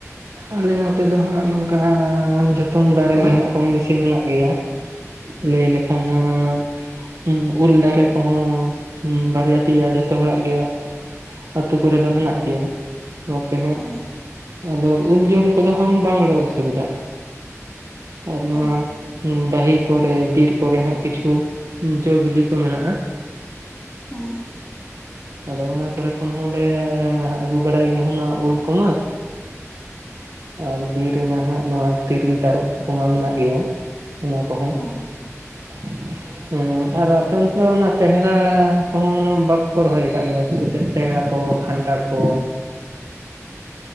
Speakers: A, on the right; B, on the left.
A: ᱟᱞᱮ ᱱᱚᱛᱮ ᱫᱚᱦᱟᱸᱜ ᱱᱚᱝᱼᱠᱟ ᱡᱚᱛᱚᱝ ᱫᱟᱨᱮ ᱜᱮ ᱦᱟᱸᱜ ᱠᱚᱢ ᱵᱤᱥᱤ ᱢᱮᱱᱟᱜ ᱜᱮᱭᱟ᱾ ᱞᱟᱹᱭ ᱞᱮᱠᱷᱟᱱ ᱦᱟᱸᱼᱼ ᱩᱞ ᱫᱟᱨᱮ ᱠᱚᱦᱚᱸ ᱩᱸ ᱵᱟᱨᱭᱟ ᱯᱮᱭᱟ ᱡᱷᱚᱛᱚ ᱦᱚᱲᱟᱜ ᱜᱮᱭᱟ᱾ ᱚᱯᱮ ᱠᱚᱨᱮᱫᱚ ᱫᱚ ᱢᱮᱱᱟᱜ ᱜᱮᱭᱟ ᱱᱚᱛᱮ ᱦᱟᱸᱜ
B: ᱦᱳᱭ
A: ᱟᱫᱚᱼᱼ ᱩᱞ ᱡᱚᱢ ᱠᱚᱫᱚ ᱦᱟᱝ ᱵᱟᱝᱞᱮ ᱚᱥᱩᱵᱤᱫᱷᱟᱜ᱾ ᱟᱨ ᱱᱚᱣᱟ
B: ᱚ
A: ᱫᱟᱹᱦᱤ ᱠᱚᱨᱮ ᱵᱤᱨ ᱠᱚᱨᱮ ᱦᱟᱸᱜ ᱠᱤᱪᱷᱩᱼᱼ ᱩ ᱡᱚ ᱵᱤᱞᱤ ᱠᱚ ᱢᱮᱱᱟᱜᱼᱟ᱾
B: ᱦᱮᱸ
A: ᱟᱫᱚ ᱚᱱᱟ ᱠᱚᱨᱮ ᱠᱷᱚᱱ ᱦᱚᱸᱞᱮ ᱟᱹᱜᱩ ᱵᱟᱲᱟᱭ ᱜᱮᱭᱟ ᱦᱟᱱᱟᱹ ᱩᱞ ᱠᱚᱢᱟᱼᱼ ᱟᱨ ᱵᱤᱨ ᱨᱮᱢᱟ ᱦᱟᱸᱜ ᱱᱚᱣᱟ ᱛᱤᱨᱤᱞ ᱛᱟᱨᱚᱯ ᱠᱚᱢᱟ ᱢᱮᱱᱟᱜ ᱜᱮᱭᱟ ᱚᱱᱟ ᱠᱚᱦᱚᱸ᱾
B: ᱦᱮᱸ
A: <inaudible> ᱦᱩᱸ ᱟᱨ ᱟᱯᱮ ᱚᱱᱛᱮ ᱚ ᱯᱮᱦᱲᱟ ᱦᱚᱸ ᱵᱟᱠᱩ ᱨᱚᱦᱚᱭ ᱟᱠᱟᱫ ᱜᱮᱭᱟ᱾ ᱥᱮᱪᱮᱫ ᱴᱮᱦᱲᱟ ᱠᱚ ᱠᱷᱟᱱᱴᱟᱲ ᱠᱚᱼᱼ